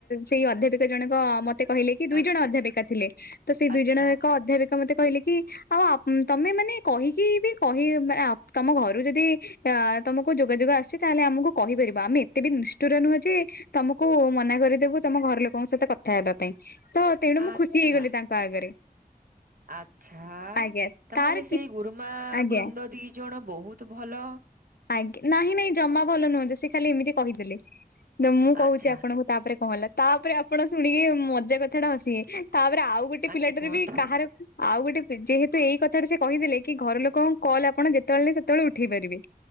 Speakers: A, on the left; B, on the right.
A: ସେଇ ଅଧ୍ୟାପିକା ଜଣକ ମୋ ତେ କହିଲେ କି, ଦୁଇ
B: ଆଚ୍ଛା
A: ଜଣ ଅଧ୍ୟାପିକା ଥିଲେ, ତ ସେଇ
B: ଆଚ୍ଛା
A: ଦୁଇ ଜଣ ଯାକ ଅଧ୍ୟାପିକା ମତେ କହିଲେ କି ଆଉ ତମେ ମାନେ କହିକି ବି କହି, <unintelligible> ତମ ଘରୁ ଯଦି ଅ, ତମକୁ ଯୋଗାଯୋଗ ଆସୁଛି, ତାହେଲେ ଆମକୁ କହିପାରିବ, ଆମେ ଏତେ ବି ନିଷ୍ଠୁର ନୁହେଁ ଯେ ତମକୁ ମନା କରିଦେବୁ, ତମ ଘର ଲୋକଙ୍କ ସହିତ କଥା ହେବା ପାଇଁ, ତ, ତେଣୁ ମୁଁ
B: ଆଚ୍ଛା
A: ଖୁସି ହେଇଗଲି ତାଙ୍କ ଆଗରେ।
B: ଆଚ୍ଛା,
A: ଆଜ୍ଞା
B: ତାହେଲେ
A: ତାର କି
B: ସେଇ ଗୁରୁମା
A: ଆଜ୍ଞା।
B: ବୃନ୍ଦ ଦି ଜଣ ବହୁତ ଭଲ।
A: ଆଜ୍ଞା, ନାହିଁ ନାହିଁ, ଜମା ଭଲ ନୁହଁନ୍ତି, ସେ ଖାଲି ଏମିତି କହିଦେଲେ, ତ ମୁଁ କହୁଛି
B: ଆଚ୍ଛା
A: ଆପଣଙ୍କୁ ତାପରେ କଣ ହେଲା, ତାପରେ ଆପଣ ଶୁଣିକି ମଜା କଥାଟା ହସିବେ, ତାପରେ ଆଉ ଗୋଟେ ଟେ
B: ଆଚ୍ଛା
A: ପିଲାଟାର
B: କୁହନ୍ତୁ
A: ବି କାହାର ଆଉ ଗୋଟେ ଯେହେତୁ ଏଇ କଥାରେ ସେ କହିଦେଲେ କି ଘରଲୋକଙ୍କ କଲ୍ ଆପଣ ଯେତେବେଳେ ନାଇଁ ସେତେବେଳେ ଉଠେଇ ପାରିବେ।